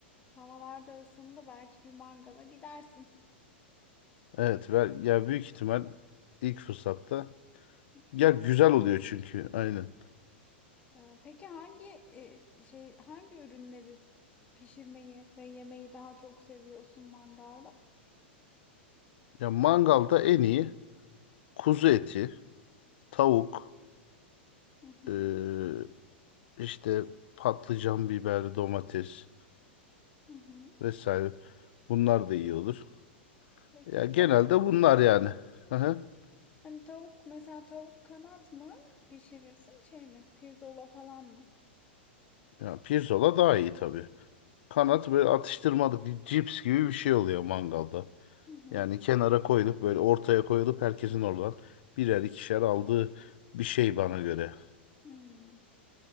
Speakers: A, on the left (about 25°); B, on the left (about 65°).
A: Havalar da ısındı belki bir mangala gidersin.
B: Evet, ben, ya büyük ihtimal ilk fırsatta
A: <laughs>
B: ya güzel oluyor çünkü aynen.
A: Ee, Peki hangi e, şey hangi ürünleri pişirmeyi ve yemeyi daha çok seviyorsun mangalda?
B: Ya
A: Kuzu
B: mangalda
A: eti.
B: en iyi kuzu eti, tavuk,
A: Hı hı,
B: ee, İşte patlıcan, biber, domates
A: hı hı.
B: vesaire. Bunlar da iyi olur.
A: Peki
B: Ya genelde
A: tavuk
B: bunlar yani. Hı hı.
A: hani tavuk mesela tavuk kanat mı pişirirsin şey mi pirzola falan mı?
B: Ya pirzola daha iyi tabii. Kanat böyle atıştırmalık bir cips gibi bir şey oluyor mangalda.
A: Hı hı.
B: Yani kenara koyulup böyle ortaya koyulup herkesin oradan birer ikişer aldığı bir şey bana göre.
A: Hmm.